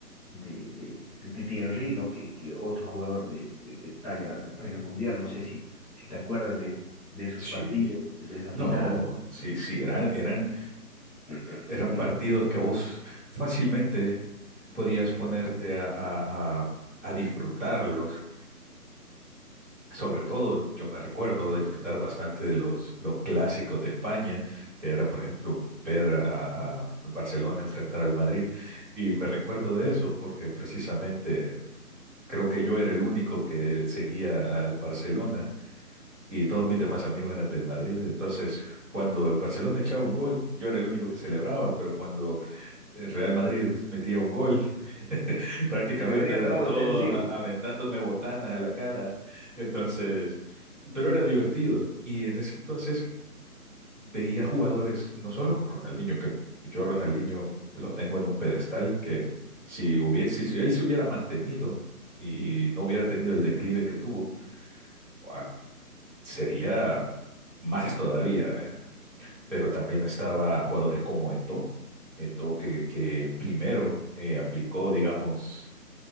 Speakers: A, in the centre; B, on the right.
A: de, de, de Titi Henry, ¿no? Que, que otro jugador de, de, de talla, de talla mundial, no sé si, si te acuerdas de, de esos
B: sí,
A: partidos, de esa
B: no,
A: final.
B: sí, sí, eran, eran,
A: Te
B: eran partidos que vos fácilmente podías ponerte a, a- a- a disfrutarlos. Sobre todo, yo me recuerdo disfrutar bastante de los, los clásicos de España, que era, por ejemplo, ver a, a Barcelona enfrentar al Madrid. Y me recuerdo de eso porque precisamente creo que yo era el único que seguía al Barcelona y todos mis demás amigos eran del Madrid. Entonces, cuando el Barcelona echaba un gol, yo era el único que celebraba, pero cuando el Real Madrid metía un gol, Prácticamente
A: venían
B: eran
A: todos
B: todos
A: encima.
B: a- aventándome botanas a la cara. Entonces, pero era divertido. Y en ese entonces veía jugadores, no solo como Ronaldinho, que yo Ronaldinho lo tengo en un pedestal que si hubiese, si, si él se hubiera mantenido y no hubiera tenido el declive que tuvo, ah, sería más todavía, ¿verdad? Pero también estaba jugadores como Eto'o, Eto'o que, que primero eh, aplicó, digamos,